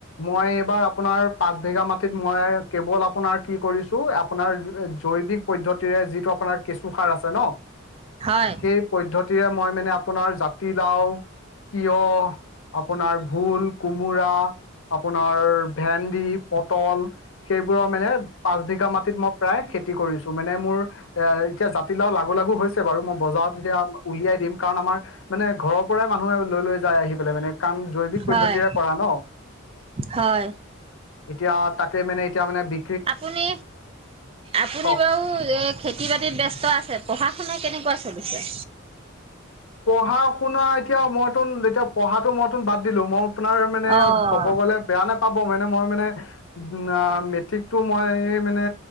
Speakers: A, on the left (about 75°); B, on the right (about 25°).
A: মই এইবাৰ আপোনাৰ পাঁচ বিঘা মাটিত মই কেৱল আপোনাৰ কি কৰিছো আপোনাৰ জৈৱিক পদ্ধতিৰে যিটো আপোনাৰ কেঁচু সাৰ আছে ন,
B: হয়
A: সেই পদ্ধতিৰে মই মানে আপোনাৰ জাতিলাও তিয়হ, আপোনাৰ ভোল কোমোৰা, আপোনাৰ ভেন্দি, পটল, সেইবোৰৰ মানে পাঁচবিঘা মাটিত মই প্ৰায় খেতি কৰিছো, মানে মানে মোৰ এ এতিয়া জাতিলাও লাগু লাগু হৈছে বাৰু, মই বজাৰত এতিয়া উলিয়াই দিম, কাৰণ আমাৰ মানে ঘৰ পৰাই মা যাই আহি পেলাই মানে কাম জৈৱিক পদ্ধতিৰে
B: হয়
A: কৰা ন।
B: হয়
A: এতিয়া তাকে মানে, এতিয়া মানে বি
B: আপুনি, আপুনি
A: কওক
B: বাৰু খেতি বাতিত ব্যস্ত আছে, পঢ়া শুনা কেনেকুৱা চলিছে?
A: পঢ়া শুনা, এতিয়া মইতোন এতিয়া পঢ়াটো মইতোন বাদ দিলো, মই আপোনাৰ মানে
B: অ
A: ক'ব গলে বেয়া নাপাব, মানে মই মানে উ মেট্ৰিকতটো মই মানে